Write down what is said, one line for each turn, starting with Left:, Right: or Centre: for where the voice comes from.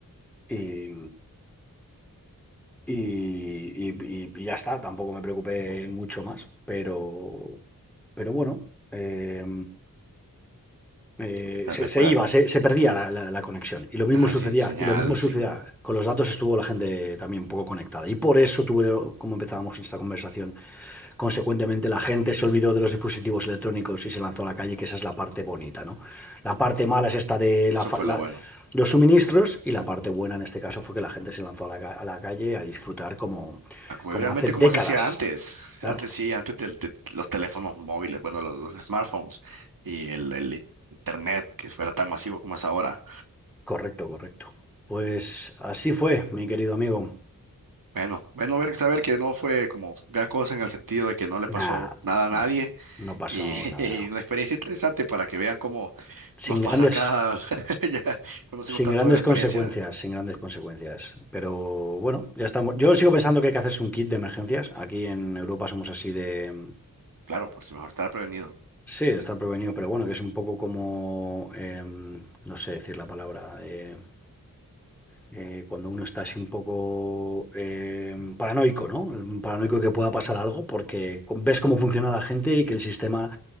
Centre: Y, y, y- y- y ya está, tampoco me preocupé mucho más, pero, pero bueno, eh, eh,
Right: Porque tal
Centre: se,
Right: vez
Centre: se
Right: pueda.
Centre: iba, se, se perdía la, la- la conexión. Y lo mismo
Right: ajá,
Centre: sucedía,
Right: sin señal,
Centre: y lo mismo sucedía,
Right: sin.
Centre: con los datos estuvo la gente también un poco conectada. Y por eso tuve, como empezábamos esta conversación, Consecuentemente, la gente se olvidó de los dispositivos electrónicos y se lanzó a la calle, que esa es la parte bonita, ¿no? La parte mala es esta de la
Right: Eso
Centre: fa-
Right: fue
Centre: la-
Right: lo bueno.
Centre: los suministros y la parte buena en este caso fue que la gente se lanzó a la, ca- a la calle a disfrutar como,
Right: A como-
Centre: como
Right: realmente
Centre: hace décadas.
Right: como se hacía antes.
Centre: Claro,
Right: Antes sí, antes de, de los teléfonos móviles, bueno, los, los smartphones y el, el internet que fuera tan masivo como es ahora.
Centre: correcto, correcto. Pues así fue, mi querido amigo.
Right: Bueno, bueno ver, saber que no fue como gran cosa en el sentido de que no le pasó
Centre: Nada,
Right: nada a nadie.
Centre: al fin, no pasó
Right: Y <laughs>
Centre: nada.
Right: una experiencia interesante para que vean cómo
Centre: Sin
Right: nos pasa
Centre: grandes,
Right: acá. <laughs> Ya conocemos
Centre: Sin
Right: tanto
Centre: grandes
Right: de la experiencia.
Centre: consecuencias, sin grandes consecuencias. Pero bueno, ya estamos. Yo sigo pensando que hay que hacerse un kit de emergencias. Aquí en Europa somos así de...
Right: Claro, por si mejor estar prevenido.
Centre: Sí, de estar prevenido, pero bueno, que es un poco como... em, no sé decir la palabra. eh, eh, cuando uno está así un poco em, paranoico, ¿no? Un Paranoico que pueda pasar algo porque ves cómo funciona la gente y que el sistema